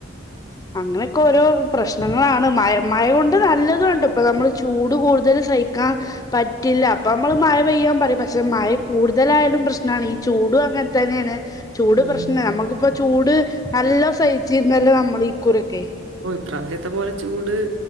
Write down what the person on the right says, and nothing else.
ഉം
ഈ പ്രാവശ്യത്തെ പോലെ ചൂട്